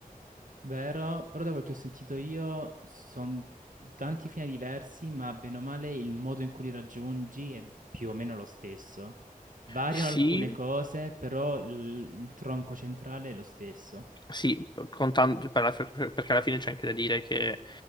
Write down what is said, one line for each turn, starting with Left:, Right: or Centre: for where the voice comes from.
Right: Vero, però da quel che ho sentito io sono tanti fini diversi, ma bene o male il modo in cui li raggiungi è più o meno lo stesso. Variano
Left: Sì,
Right: alcune cose, però il, il tronco centrale è lo stesso.
Left: sì, contando, per la- per- perché alla fine c'è anche da dire che